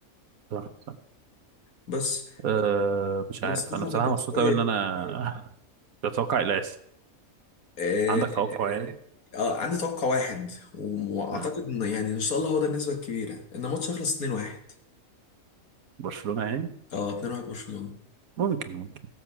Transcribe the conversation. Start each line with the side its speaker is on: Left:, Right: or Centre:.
Right: صح صح
Left: بس
Right: أه مش
Left: أنا
Right: عارف
Left: الصراحة
Right: انا بصراحه
Left: بتوقعي
Right: مبسوط قوي ان انا تتوقع الياس
Left: آه
Right: عندك توقع يعني
Left: آه، عندي توقع واحد و- وأعتقد
Right: آه، مم.
Left: إن يعني إن شاء الله هو ده النسبة الكبيرة إن الماتش يخلص 2-1
Right: برشلونة يعني
Left: أه 2-1 برشلونة
Right: ممكن ممكن